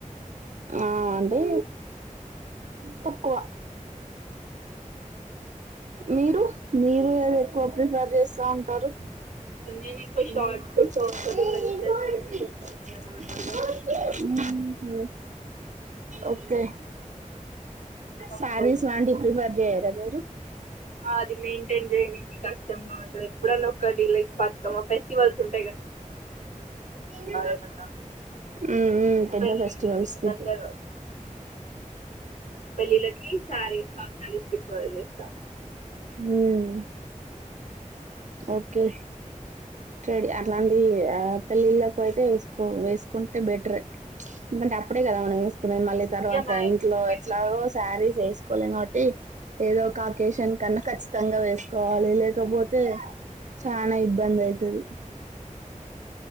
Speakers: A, on the right; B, on the left.
A: ఆ అంటే తక్కువ మీరు మీరు ఏది ఎక్కువ ప్రిఫర్ చేస్తా ఉంటారు
B: నేను ఎక్కువ
A: అన్ని
B: షార్ట్
A: ఫ్రాక్స్
B: కుర్తిస్తోను వెస్ట్రన్
A: మిడ్డీస్
B: వేర్ ఎక్కువ నార్మల్గా
A: కొంటానండి ఊమ్ ఒకే
B: కంఫర్ట్
A: సారీస్
B: ఉంటుంది.
A: లాంటివి ప్రిఫర్ చేయ మీరు
B: అది మెయింటైన్ చేయడానికి కష్టంగా ఉంటది ఎప్పుడన్నా ఒక్కటి లైక్ బతుకమ్మ ఫెస్టివల్స్ ఉం
A: ఊమ్
B: ఏమన్నా
A: ఉమ్ పెద్ద
B: పెళ్ళి
A: ఫెస్టివల్స్ కి
B: దగ్గర పెళ్లిల్లకి సారీస్ హాఫ్ సారీస్ ప్రిఫర్ చేస్తా
A: ఊమ్ ఓకే రెడీ అట్లాంటి పెళ్ళిళ్ళలకు అయితే వేసుకో వేసుకుంటే బెటర్ ఎందుకంటే అప్పుడే కదా మనం వేసుకునేది మళ్ళీ తర్వాత
B: ఇగ మ్యాక్సిమం
A: ఇంట్లో
B: పెళ్ళి
A: ఎట్లాగో శారీస్ వేసుకోలేం కాబట్టి ఏదో ఒక అకేషన్ కన్నా ఖచ్చితంగా వేసుకోవాలి లేకపో తే చానా ఇబ్బంది ఐతది